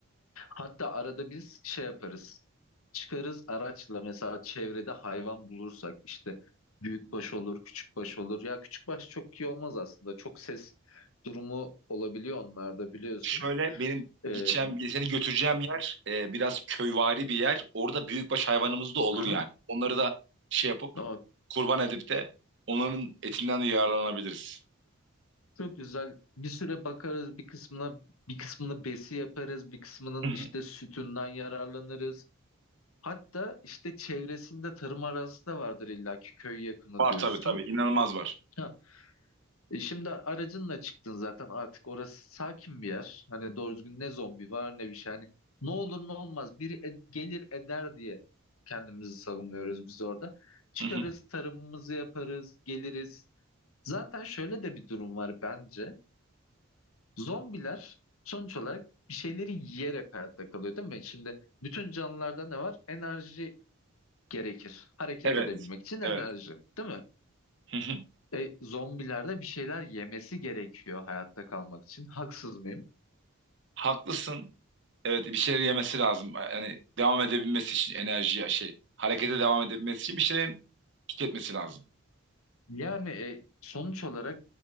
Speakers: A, on the left; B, on the right.
A: Hatta arada biz şey yaparız. Çıkarız araçla mesela çevrede hayvan bulursak işte büyükbaş olur, küçükbaş olur. Ya küçükbaş çok iyi olmaz aslında. Çok ses durumu olabiliyor onlarda biliyorsun.
B: Şöyle benim
A: E,
B: gideceğim, seni götüreceğim yer e, biraz köyvari bir yer. Orada büyükbaş hayvanımız da olur
A: aha,
B: yani. Onları da şey yapıp
A: ama
B: kurban edip de onların etinden de yararlanabiliriz.
A: çok güzel. Bir süre bakarız bir kısmına, bir kısmını besi yaparız, bir kısmının
B: Hı hı.
A: işte sütünden yararlanırız. Hatta işte çevresinde tarım arazisi de vardır illaki köy yakını
B: Var
A: diyorsun.
B: tabii tabii inanılmaz var.
A: Ha. E şimdi aracınla çıktın zaten artık orası sakin bir yer. Hani doğru düzgün ne zombi var ne bir şey. Hani ne olur ne olmaz biri e- gelir eder diye kendimizi savunuyoruz biz orada. Çıkarız
B: Hı hı.
A: tarımımızı yaparız geliriz. Zaten şöyle de bir durum var bence. Zombiler sonuç olarak bir şeyleri yiyerek hayatta kalıyor değil mi? Şimdi bütün canlılarda ne var? Enerji gerekir. Hareket
B: Evet.
A: edebilmek için enerji,
B: Evet.
A: değil mi?
B: Hı hı.
A: E, zombilerde bir şeyler yemesi gerekiyor hayatta kalmak için. Haksız mıyım?
B: Haklısın. Evet bir şeyler yemesi lazım. Yani devam edebilmesi için enerjiye şey harekete devam edebilmesi için bir şeylerin tüketmesi lazım.
A: Yani e, sonuç olarak